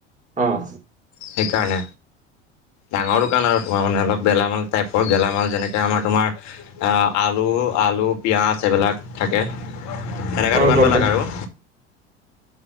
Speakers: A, on the right; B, on the left.
A: অঁ।
B: সেইকাৰণে ডাঙৰ দোকান আৰু তোমাৰ মানে অলপ। গেলামাল টাইপৰ, গেলামাল যেনেকৈ আমাৰ তোমাৰ আলু আলু পিঁয়াজ এইেইবিলাক। থাকে, সেনেুৱা
A: অ
B: দোকান
A: গম
B: বোৰ
A: পাইছো
B: লাগে আৰু।